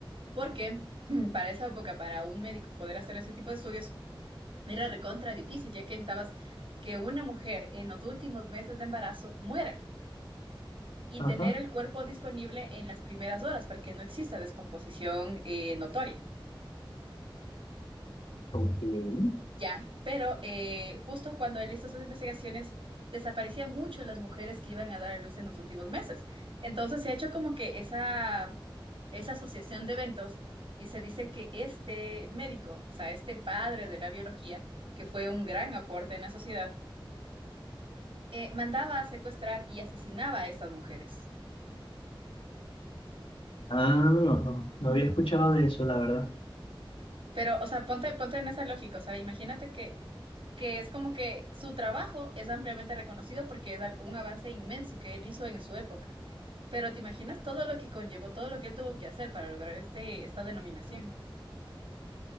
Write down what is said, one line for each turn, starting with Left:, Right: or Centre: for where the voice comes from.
Right: Porque <clears throat> para esa época, para un médico poder hacer ese tipo de estudios, era recontra difícil, ya que necesitabas que una mujer en los últimos meses de embarazo muera y
Left: ajá,
Right: tener el cuerpo disponible en las primeras horas para que no exista descomposición eh, notoria,
Left: ok.
Right: ¿ya? Pero eh, justo cuando él hizo esas investigaciones, desaparecían mucho las mujeres que iban a dar a luz en los últimos meses. Entonces se ha hecho como que esa, esa asociación de eventos y se dice que este médico, o sea, este padre de la biología, que fue un gran aporte en la sociedad, eh, mandaba a secuestrar y asesinaba a estas mujeres.
Left: Ah, no, no, no había escuchado de eso, la verdad.
Right: Pero, o sea, ponte, ponte en esa lógica, o sea, imagínate que, que es como que su trabajo es ampliamente reconocido porque es al- un avance inmenso que él hizo en su época. Pero te imaginas todo lo que conllevó, todo lo que él tuvo que hacer para lograr este, esta denominación.